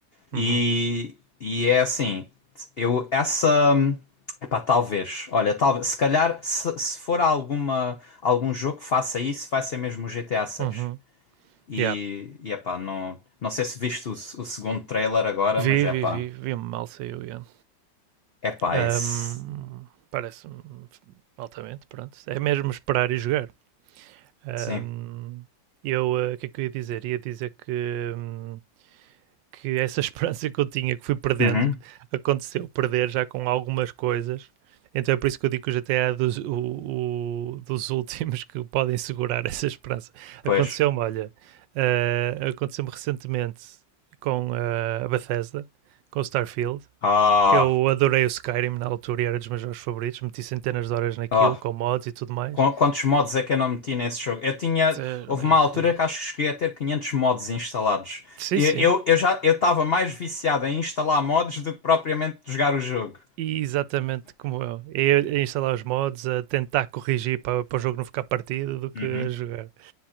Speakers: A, on the left; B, on the right.
A: E,
B: Uhum.
A: e é assim, eu essa. Epá, talvez. Olha, talvez, se calhar, se, se for alguma, algum jogo que faça isso, vai ser mesmo o GTA 6.
B: Uhum.
A: E,
B: Yeah.
A: e epá, não, não sei se viste o, o segundo trailer agora,
B: Vi,
A: mas epá,
B: vi, vi, vi mal saiu, yeah.
A: epá,
B: Ahm,
A: esse.
B: Parece-me altamente, pronto. É mesmo esperar e jogar. Ahm,
A: Sim.
B: eu, eh, o que é que eu ia dizer? Ia dizer que hum, que essa <laughs> esperança que eu tinha, que fui perdendo,
A: Uhum.
B: aconteceu. Perder já com algumas coisas. Então é por isso que eu digo que o GTA é dos, o- o- dos <laughs> últimos que podem segurar essa esperança.
A: Pois.
B: Aconteceu-me, olha, eh, aconteceu-me recentemente com eh, a Bethesda, com o Starfield,
A: Ah.
B: que eu adorei o Skyrim na altura e era dos meus jogos favoritos. Meti centenas de horas naquilo,
A: ah.
B: com mods e tudo mais.
A: Qu- Quantos mods é que eu não meti nesse jogo? Eu tinha.
B: Eh,
A: Houve uma altura
B: yeah.
A: que acho que cheguei a ter 500 mods instalados.
B: Sim,
A: E
B: sim.
A: Eu, eu, já eu estava mais viciado em instalar mods do que propriamente jogar o jogo.
B: Exatamente como eu. É a instalar os mods, a tentar corrigir para, para o jogo não ficar partido do que
A: Uhum.
B: a jogar.